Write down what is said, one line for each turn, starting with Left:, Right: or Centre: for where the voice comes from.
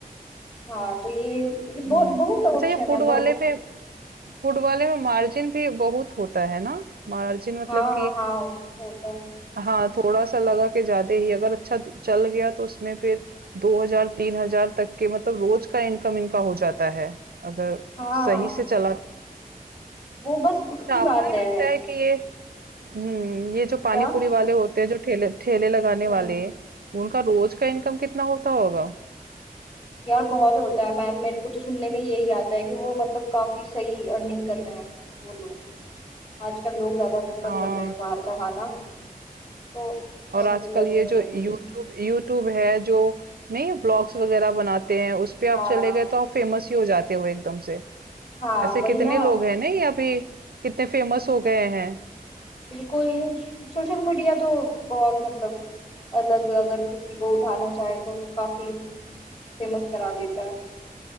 Left: हाँ तो ये ये बहुत
Right: हम्म
Left: बहुत ऑप्शन
Right: अच्छा ये फूड
Left: है
Right: वाले
Left: बहुत
Right: में फूड वाले में मार्जिन भी बहुत होता है ना मार्जिन मतलब
Left: हाँ
Right: कि
Left: हाँ होता
Right: हाँ थोड़ा सा लगा कि ज्यादा ही अगर अच्छा तो चल गया तो उसमें फिर दो हजार तीन हजार तक के मतलब रोज का इनकम इनका हो जाता है अगर
Left: हाँ
Right: सही से चला तो।
Left: वो बस उसकी
Right: अच्छा आपको
Left: बात
Right: नहीं
Left: है
Right: लगता है कि ये हम्म ये जो पानी
Left: क्या
Right: पूरी वाले होते हैं जो ठेले ठेले लगाने
Left: हम्म
Right: वाले उनका रोज का इनकम कितना होता होगा
Left: यार बहुत होता है मैम मेरे को तो सुनने में यही आता है कि वो मतलब काफी सही अर्निंग कर रहे हैं वो लोग आजकल लोग ज्यादा प्रेफर
Right: हाँ
Left: कर रहे हैं बाहर का खाना तो बहुत
Right: और आजकल
Left: सही अर्निंग
Right: ये
Left: हो
Right: जो
Left: जाती
Right: यूट्यूब
Left: है
Right: यूट्यूब है जो नहीं ब्लॉग्स वगैरह बनाते हैं उस पे
Left: हाँ
Right: आप चले गए तो आप फेमस ही हो जाते हो एकदम से
Left: हाँ
Right: ऐसे
Left: वही
Right: कितने
Left: ना
Right: लोग हैं नहीं अभी कितने फेमस हो गए हैं
Left: बिल्कुल सोशल मीडिया तो बहुत मतलब अलग अगर किसी को उठाना चाहे तो काफी फेमस करा देता है